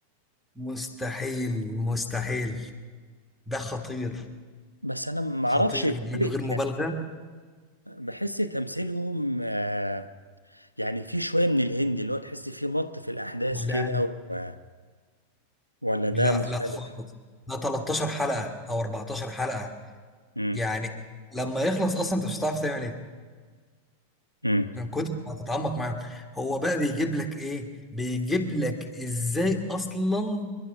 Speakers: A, in the centre; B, on the left.
A: مستحيل مستحيل ده خطير
B: بس أنا ما
A: خطير
B: أعرفش كوري
A: من غير
B: يعني
A: مبالغة
B: بحس تمثيلهم آه، يعني في شوية من الهندي اللي هو تحس فيه مط في الأحداث
A: لا
B: كده و- ولا ده
A: لا
B: مختلف
A: لا خالص ده 13 حلقة او 14 حلقة
B: امم
A: يعني لما يخلص اصلا انت مش هتعرف تعمل ايه
B: امم
A: من كتر ما هتتعمق معاهم هو بقى بيجيب لك ايه بيجيب لك ازاي اصلا